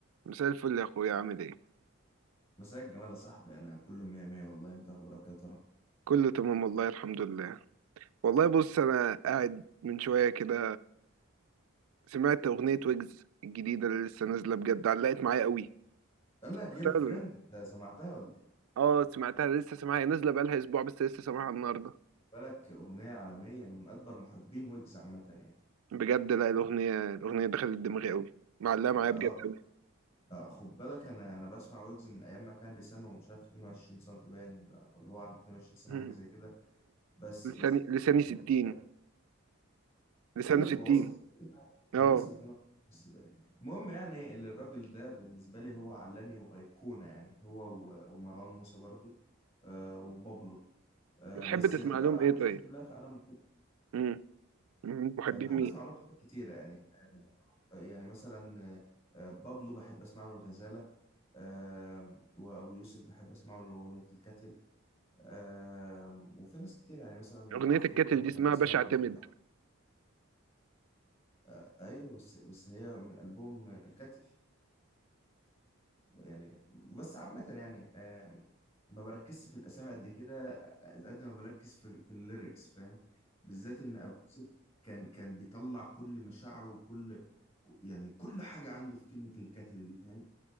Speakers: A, on the right (about 90°); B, on the left (about 30°).
A: مساء الفل يا اخويا عامل ايه
B: مساء الجمال يا صاحبي انا كله مية مية والله انت اخبارك يا ترى
A: كله تمام والله الحمد لله والله بص انا قاعد من شويه كده سمعت اغنيه ويجز الجديده اللي لسه نازله بجد علقت معايا قوي
B: قال لك جيرل
A: سمعتها
B: فريند
A: ولا لا
B: أنت سمعتها ولا ايه
A: اه سمعتها لسه سامعها نازله بقالها اسبوع بس لسه سامعها النهارده
B: خد بالك اغنيه عالميه انا من اكبر محبين ويجز عامه يعني
A: بجد لا الاغنيه الاغنيه دخلت دماغي قوي معلقه معايا
B: اه
A: بجد قوي
B: آه، خد بالك انا انا بسمع ويجز من ايام ما كان لسانه مش عارف 22 سم باين ولا ولا هو عنده 22 سنه
A: <laughs>
B: حاجه زي كده بس
A: لساني
B: بس
A: لساني
B: كان
A: 60
B: كان-
A: لسانه
B: قال لك
A: 60
B: هو وصل ستين، كان
A: اه
B: وصل 22 بس باين المهم يعني اللي الراجل ده بالنسبه لي هو عالمي وايقونه يعني هو و- ومروان موسى برضو آه، وبابلو آه،
A: بتحب
B: بس
A: تسمع
B: بره
A: لهم
B: عن
A: ايه
B: الناس
A: طيب
B: دي كلها فانا محب
A: مم. محبين
B: آه، بحب
A: مين
B: اسمع لهم حاجات كتيره يعني آه، يعني مثلا آه، آه، بابلو بحب اسمع له الغزاله آه، وابو يوسف بحب اسمع له اغنيه الكتل آه، وفي ناس كتير يعني مثلا
A: اغنيه
B: عفروتو
A: الكاتل
B: بحب
A: دي اسمها
B: اسمع
A: باشا
B: له
A: اعتمد
B: اغنيه ع- آه، ايوه بس بس هي من البوم الكتل يعني بس عامة يعني آم، ما بركزش في الأسامي قد كده آه، قد ما بركز في في الليركس فاهم بالذات إن أبو يوسف كان كان بيطلع كل مشاعره وكل ك- يعني كل حاجة عنده في كلمة الكاتل دي فاهم